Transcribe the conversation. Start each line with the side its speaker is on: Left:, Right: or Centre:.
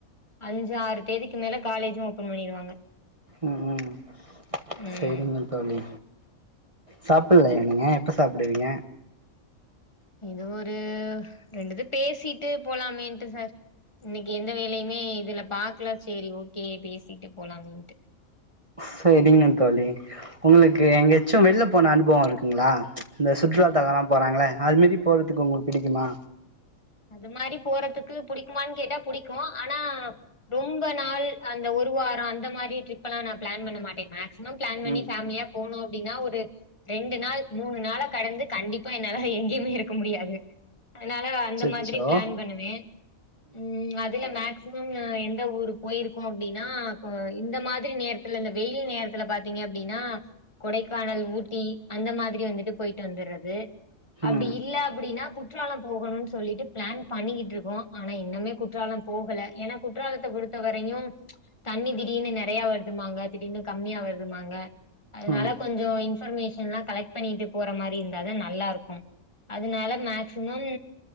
Left: அஞ்சு ஆறு தேதிக்கு மேல காலேஜு ஓபன் பண்ணிருவாங்க
Right: உம் உம்
Left: ம்
Right: சரிங்க தோழி சாப்பிட்லையா நீங்க எப்ப சாப்டுவீங்க
Left: இது ஒரு ரெண்டுது பேசிட்டு போலாமேன்ட்டு சார் இன்னைக்கு எந்த வேலையுமே இதுல பாக்கல சேரி ஓகே பேசிட்டு போலாமேன்ட்டு
Right: செரிங்க தோழி உங்களுக்கு எங்கயச்சு வெளில போன அனுபவ இருக்குங்களா இந்த சுற்றுலாத்தலம்லா போறாங்களே அது மாரி போறதுக்கு உங்களுக்கு பிடிக்குமா
Left: அது மாரி போறதுக்கு புடிக்குமான்னு கேட்டா புடிக்கு ஆனா ரொம்ப நாள் அந்த ஒரு வார அந்த மாரி ட்ரிப் எல்லா நா பிளான் பண்ண மாட்டே மாக்ஸிமம் பிளான்
Right: ம்
Left: பண்ணி ஃபாமிலியாப் போனோம் அப்பிடின்னா ஒரு ரெண்டு நாள் மூணு நாளக் கடந்து கண்டிப்பா என்னால எங்கேயுமே இருக்க முடியாது அதனால அந்த
Right: அச்சச்சோ
Left: மாதிரி பிளான் பண்ணுவே ம் அதுல மாக்ஸ் மம் எந்த ஊரு போயிருக்கோ அப்படின்னா இந்த மாதிரி நேரத்துல இந்த வெயில் நேரத்துல பாத்தீங்க அப்பிடின்னா கொடைக்கானல் ஊட்டி அந்த மாதிரி வந்துட்டு போயிட்டு வந்துறது அப்பிடி
Right: ம்
Left: இல்ல அப்பிடின்னா குற்றாலம் போகணும் சொல்லிட்டு பிளான் பண்ணிகிட்டு இருக்கோம் ஆனா இன்னுமே குற்றாலம் போகல ஏன்னா குற்றாலத்தை பொறுத்த வரையும் ப்ச் தண்ணி திடீர்னு நெறையா வருதும்பாங்க திடீர்னு கம்மியா வருதும்பாங்க அதனால
Right: ம்
Left: கொஞ்சோ இன்ஃபர்மேஷன்லா கலெக்ட் பண்ணிட்டு போற மாரி இருந்தாதா நல்லா இருக்கும் அதனால மேக்சிமம்